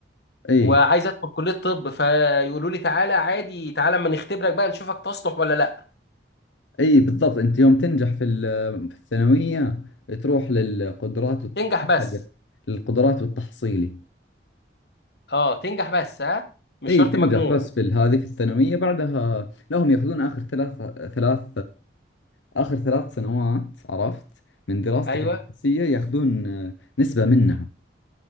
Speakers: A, on the left; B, on the left.
A: أي
B: وعايز أدخل كلية طب فيقولوا لي تعالى عادي تعالى أما نختبرك بقى نشوفك تصلح ولا لأ
A: اي بالضبط انت يوم تنجح في ال- في الثانويه تروح للقدرات وتتاهل
B: تنجح بس
A: للقدرات والتحصيلي
B: أه تنجح بس ها مش
A: اي
B: شرط
A: تنجح
B: مجموع
A: بس في ال- هذه في الثانويه بعدها لهم ياخذون اخر ثلاث ثلاث اخر ثلاث سنوات عرفت من دراستك
B: ايوه
A: الدراسيه ياخذون آه، نسبه منها